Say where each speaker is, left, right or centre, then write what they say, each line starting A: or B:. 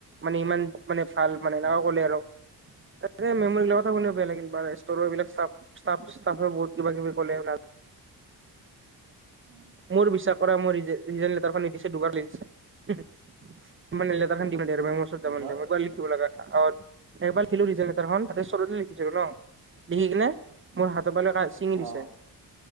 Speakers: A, on the right; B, on the right.
A: মানে ইমান মানে, ভাল মানে,
B: আহ
A: <unintelligible> ক'লে আৰু। এই <unintelligible> ওচৰৰ
B: উম
A: এইবিলাক ষ্টাফ, ষ্টাফেও বহুত কিবা কিবি ক'লে আৰু <unintelligible>
B: উম
A: মোৰ বি <unintelligible> পৰা মোৰ ৰিজেইন লেটাৰ দিছে <unintelligible> <unintelligible>
B: দুবাৰ
A: <unintelligible> <unintelligible> চিঙি
B: অ
A: দিছে।